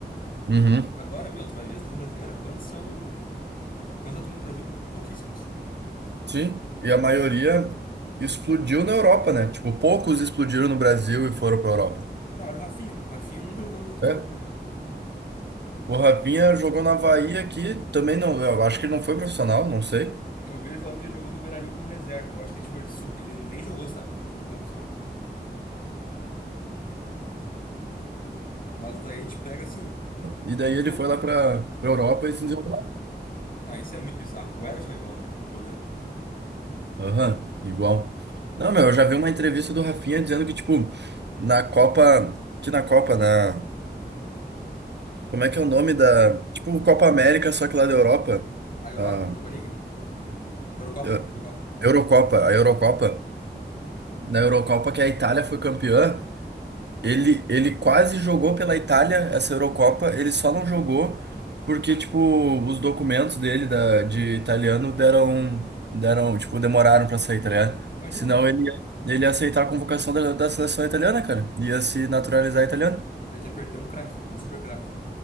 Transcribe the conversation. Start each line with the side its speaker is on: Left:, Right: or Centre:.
Right: Uhum.
Left: Agora, meu, tu vai ver a seleção brasileira, quantos são. Quantos atuam no Brasil? Pouquíssimos.
Right: Sim, e a maioria explodiu na Europa, né? Tipo, poucos explodiram no Brasil e foram pra Europa.
Left: Não, olha o Rafinha. Rafinha nunca jogou no profissional
Right: É.
Left: aqui no Brasil.
Right: O Rafinha jogou na Havaí aqui, também não, eu acho que ele não foi profissional, não sei.
Left: Eu vi ele falando que ele jogou no Beira-Rio como reserva. Eu acho que, tipo, ele, sub... ele nem jogou, sabe? Nem como profissional. Mas daí a gente pega, assim,
Right: E daí
Left: o grupo...
Right: ele
Left: bra-
Right: foi lá pra, pra Europa e se desenvolveu lá.
Left: Ah, isso é muito bizarro. O Ederson é igual, né? O goleiro.
Right: Aham, igual. Não, meu, eu já vi uma entrevista do Rafinha dizendo que, tipo, na Copa, que na Copa, né? Como é que é o nome da. Tipo, o Copa América, só que lá da Europa.
Left: A Euro...
Right: A
Left: Europa League? Eurocopa.
Right: Eu-
Left: Eurocopa.
Right: Eurocopa, a Eurocopa. Na Eurocopa que a Itália foi campeã, ele, ele quase jogou pela Itália essa Eurocopa, ele só não jogou porque, tipo, os documentos dele da, de italiano deram, deram, tipo, demoraram pra sair, tá ligado?
Left: Imagina,
Right: Senão
Left: meu,
Right: ele ia, ele ia aceitar a convocação da, da seleção italiana, cara. Ia se naturalizar italiano.
Left: A gente vai perder um craque, um super craque.